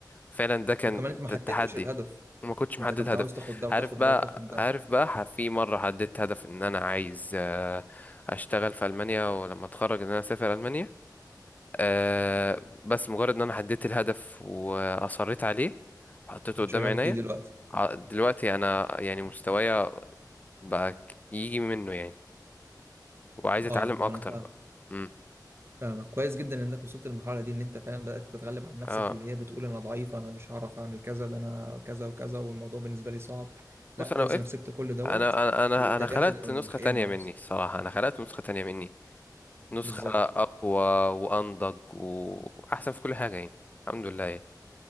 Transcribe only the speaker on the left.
فعلا ده كان
ت-
تحدي
وما كنتش
محدد
هدف
عارف بقى
عارف بقى ح- في مرة حددت هدف ان انا عايز آه، اشتغل في المانيا ولما اتخرج ان انا اسافر المانيا آه، بس مجرد ان انا حددت الهدف واصريت عليه وحطيته قدام
عينيا
ع- دلوقتي انا يعني مستوايا بقى يجي منه يعني وعايز اتعلم
اكتر
بقى امم
اه
بص
انا وقفت
انا انا انا
أنا خلقت
نسخة
تانية
مني صراحة انا خلقت نسخة تانية مني نسخة
اقوى وانضج واحسن في كل حاجة يعني الحمد لله يعني.